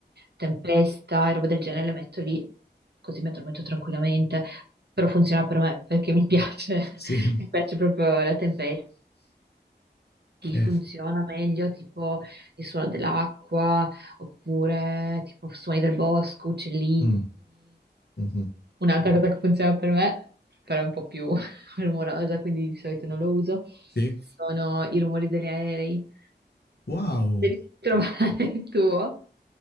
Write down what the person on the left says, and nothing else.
sì.
Eh
f
mh, mh-mh.
Sì.
Wow!